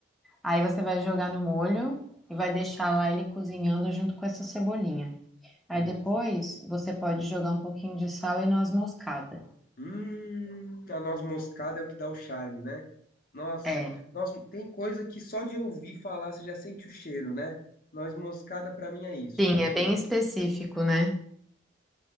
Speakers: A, in the centre; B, on the left.
A: aí você vai jogar no molho e vai deixar lá ele cozinhando junto com essa cebolinha. Aí
B: Beleza.
A: depois você pode jogar um pouquinho de sal e noz moscada.
B: Hum, a noz moscada é o que dá o charme, né? Nossa,
A: É,
B: nós, tem coisa que só de ouvir falar você já sente o cheiro, né? Noz moscada pra mim é isso,
A: sim,
B: sabia?
A: é bem específico, né?